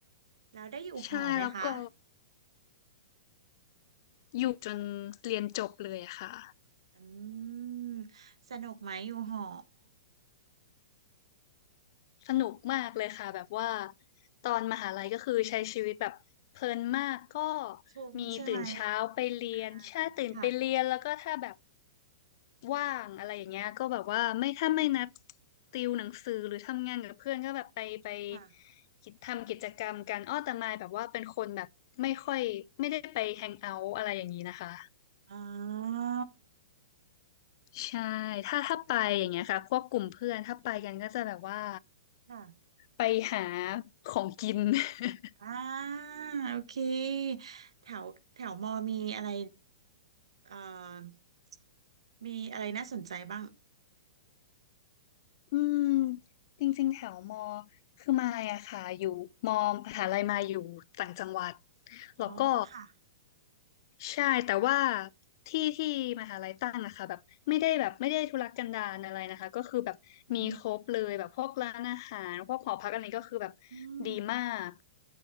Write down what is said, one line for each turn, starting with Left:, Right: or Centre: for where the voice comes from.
Right: แล้วได้อยู่หอไหมคะ
Left: ใช่แล้วก็อยู่จนเรียนจบเลยอะค่ะ
Right: อืมสนุกไหมอยู่หอ
Left: สนุกมากเลยค่ะแบบว่าตอนมหาลัยก็คือใช้ชีวิตแบบเพลินมากก็
Right: คุ้มใช่ไหม
Left: มีตื่นเช้าไปเรียนใช่ตื่นไปเรียนแล้วก็ถ้าแบบ
Right: อ่าค่ะ
Left: ว่างอะไรอย่างเงี้ยก็แบบว่าไม่ถ้าไม่นัดติวหนังสือหรือทำงานกับเพื่อนก็แบบไปไป
Right: ค่ะ
Left: กิจทำกิจกรรมกันอ้อแต่มายแบบว่าเป็นคนแบบไม่ค่อยไม่ได้ไปแฮงเอาท์อะไรอย่างนี้นะคะ
Right: อ๋อ
Left: ใช่ถ้าถ้าไปอย่างเงี้ยค่ะพวกกลุ่มเพื่อนถ้าไปกันก็จะแบบว่า
Right: ค่ะ
Left: ไปหาของกิน <laughs>
Right: อ่าโอเคแถวแถวมอมีอะไรเอ่อมีอะไรน่าสนใจบ้าง
Left: อืมจริงๆแถวมอคือมายอะค่ะอยู่มอมหาลัยมายอยู่ต่างจังหวัด
Right: อ๋อค่ะ
Left: แล้วก็ใช่แต่ว่าที่ที่มหาลัยตั้งนะคะแบบไม่ได้แบบไม่ได้ทุรกันดารอะไรนะคะก็คือแบบมีครบเลยแบบพวกร้านอาหารพวกหอพักอะไรก็คือแบบ
Right: อืมอืม
Left: ดีมาก